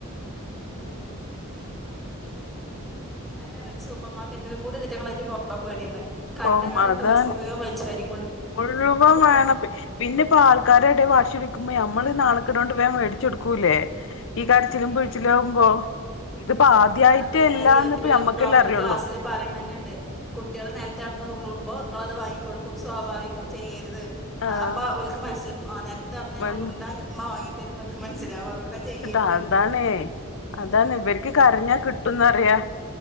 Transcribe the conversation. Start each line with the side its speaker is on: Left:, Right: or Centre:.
Left: ഉം
Centre: അയിന് അതൊരു സൂപ്പർ മാർക്കറ്റിലും കൂടി ഇതിറ്റങ്ങളായിട്ട് പോവാൻ പേടിയാണ് കണ്ട
Left: ഓ
Centre: കണ്ട
Left: അതാണ്
Centre: ടോയ്സ് മുയുവൻ വലിച്ചുവാരി
Left: മുഴുവൻ വേണം പിന്നെ ഇപ്പോ ആൾക്കാരെ എടെ വാശിവിക്കുമ്പോ നമ്മള് നാണക്കേട് കൊണ്ട് വേഗം വേടിച്ചു ച്ച് കൊടുക്കൂല്ലേ ഈ കരച്ചിലും
Centre: ഏഹ്
Left: പിഴിച്ചിലും ആവുമ്പോ ഇതിപ്പോ
Centre: ഉം
Left: ആദ്യായിട്ട്
Centre: എന്നാളിപ്പോ ഇതേമാതിരി
Left: എല്ലാന്ന് ഇപ്പ
Centre: ഒരു
Left: ഞമ്മക്കല്ലേ
Centre: ഡോക്ടർ
Left: അറിയുള്ളൂ
Centre: ക്ലാസ്സില് പറയണ തന്നെ ഉണ്ട് കുട്ടികള് നെലത്ത് കെടന്ന് ഉർള്ളുമ്പോ നിങ്ങളത് വാങ്ങിക്കൊടുക്കും സ്വാഭാവികം ചെയ്യരുത് ആ
Left: ആഹ്
Centre: അപ്പൊ ഓൽക്ക് മനസ്സിലാവും ആ നേര ത്ത് കെടന്ന് ഞങ്ങള്
Left: മൻ
Centre: ഉരുണ്ടാല് ഉമ്മ വാങ്ങി തരൂന്ന് ഓൽക്ക്‌ മനസ്സിലാവും അതുകൊണ്ട് ചെയ്യേര്ത്
Left: ആ അതാണേ അതാണ് ഇവർക്ക് കരഞ്ഞാ കിട്ടുംന്നറിയാ